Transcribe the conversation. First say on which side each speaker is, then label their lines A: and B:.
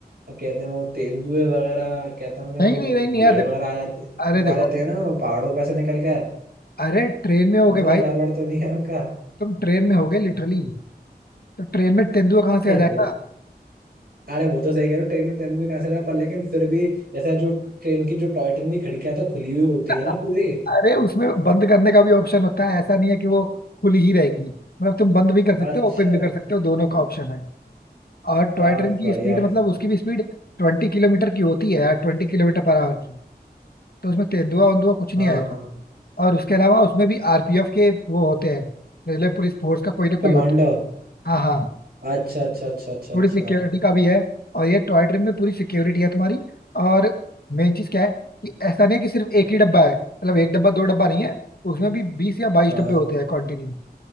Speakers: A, on the right; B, on the left.
A: कहते हैं वो तेंदुए वगैरह कहते हैं ना
B: नहीं
A: वो
B: नहीं नहीं नहीं
A: भेड़
B: यार देखो
A: वगैरह आ जाते
B: अरे
A: वो
B: देखो
A: आ जाते हैं ना पहाड़ों पे से निकल कर
B: अरे ट्रेन में होगे
A: उनका
B: भाई
A: डर वर तो नहीं है उनका
B: तुम ट्रेन में होगे लिटरली तो ट्रेन में तेंदुआ कहाँ से
A: नहीं
B: आ जाएगा
A: वो अरे वो तो सही कह रहे हो ट्रेन में तेंदुए कहाँ से रहा पर लेकिन फिर भी ऐसा जो ट्रेन की जो टॉय ट्रेन की खिड़कियां तो खुली हुई होती
B: <laughs>
A: है ना पूरी
B: अरे उसमें बंद करने का भी ऑप्शन होता है ऐसा नहीं है कि वो खुली ही रहेंगी मतलब तुम बंद भी कर सकते
A: अच्छा
B: हो ओपन भी कर सकते हो दोनों का ऑप्शन है और टॉय
A: और
B: ट्रेन की
A: बढ़िया
B: स्पीड मतलब उसकी भी स्पीड ट्वेंटी किलोमीटर की होती है यार ट्वेंटी किलोमीटर पर आवर की तो उसमें तेंदुआ वेंदुआ कुछ नहीं
A: हाँ
B: आएगा
A: हाँ
B: और उसके अलावा उसमें भी आरपीएफ के वो होते हैं रेलवे पुलिस फोर्स का कोई ना कोई
A: कमांडो
B: होता है हाँ हाँ
A: अच्छा अच्छा अच्छा अच्छा अच्छा
B: थोड़ी सिक्योरिटी का भी है और ये टॉय ट्रेन में पूरी सिक्योरिटी है तुम्हारी और मेन चीज क्या है कि ऐसा नहीं है कि सिर्फ एक ही डब्बा है मतलब एक डब्बा दो डब्बा नहीं है उसमें भी बीस या बाईस
A: हाँ
B: डब्बे होते हैं कॉन्टिन्यू